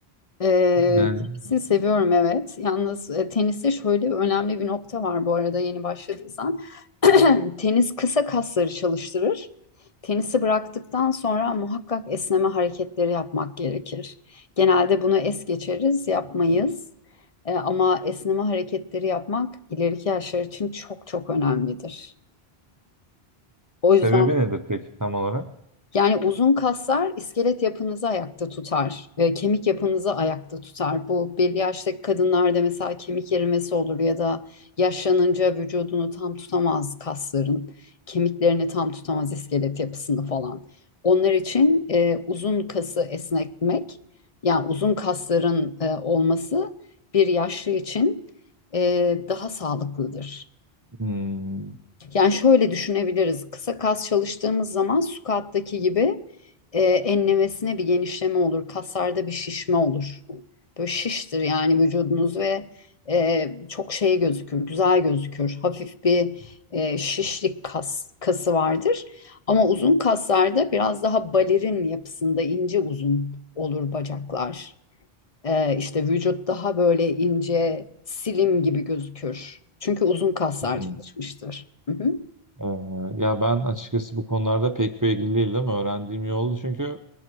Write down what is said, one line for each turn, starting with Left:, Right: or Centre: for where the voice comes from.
Left: Ee,
Right: yani
Left: tenisi seviyorum evet. Yalnız e, teniste şöyle önemli bir nokta var bu arada yeni başladıysan. <clears throat> Tenis kısa kasları çalıştırır. Tenisi bıraktıktan sonra muhakkak esneme hareketleri yapmak gerekir. Genelde bunu es geçeriz, yapmayız. E, ama esneme hareketleri yapmak ileriki yaşlar için çok çok önemlidir. O
Right: sebebi
Left: yüzden
Right: nedir peki tam olarak?
Left: yani uzun kaslar iskelet yapınızı ayakta tutar, e, kemik yapınızı ayakta tutar. Bu belli yaştaki kadınlarda mesela kemik erimesi olur ya da yaşlanınca vücudunu tam tutamaz kasların, kemiklerini tam tutamaz iskelet yapısını falan. Onlar için e, uzun kası esnetmek, yani uzun kasların e, olması bir yaşlı için e, daha sağlıklıdır.
Right: Hmm.
Left: Yani şöyle düşünebiliriz. Kısa kas çalıştığımız zaman squat'taki gibi e, enlemesine bir genişleme olur. Kaslarda bir şişme olur. Böyle şiştir yani vücudunuz ve e, çok şey gözükür, güzel gözükür. Hafif bir e, şişlik kas, kası vardır. Ama uzun kaslarda biraz daha balerin yapısında ince uzun olur bacaklar. E, işte vücut daha böyle ince, silim gibi gözükür. Çünkü uzun kaslar
Right: Hmm.
Left: çalışmıştır. Hı hı.
Right: Ee, ya ben açıkçası bu konularda pek bilgili değilim. Öğrendiğim iyi oldu çünkü